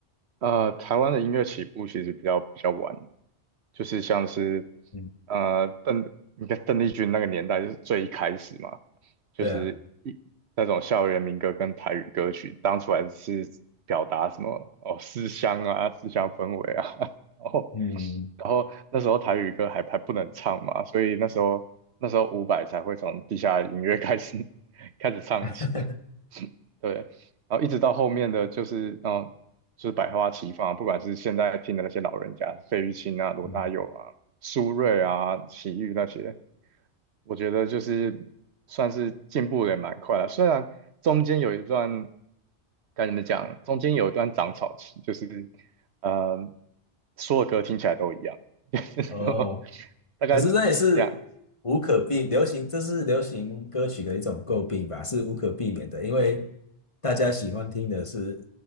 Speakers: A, on the right (about 70°); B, on the left (about 30°).
A: 呃台湾的音乐起步其实比较比较晚。就是像是
B: 嗯，
A: 呃邓，你看邓丽君那个年代就是最一开始嘛，就是一那种校园民歌跟台语歌曲，
B: 对啊，
A: 当初还是表达什么哦思乡啊、思乡氛围啊，<laughs> 然后
B: 嗯
A: 然后那时候台语歌还还不能唱嘛，所以那时候那时候伍佰才会从地下音乐开始 <laughs> 开始唱起，
B: <laughs>
A: <laughs> 对，然后一直到后面的就是，嗯，就是百花齐放，不管是现在听的那些老人家，费玉清啊、罗大佑啊、
B: 嗯，
A: 苏芮啊、齐豫那些，我觉得就是算是进步的也蛮快了。虽然中间有一段，该怎么讲，中间有一段长草期，就是呃，所有歌听起来都一样，<laughs> 就是什么
B: 哦，
A: 大概两，
B: 可是这也是无可避，流行，这是流行歌曲的一种诟病吧，是无可避免的，因为大家喜欢听的是，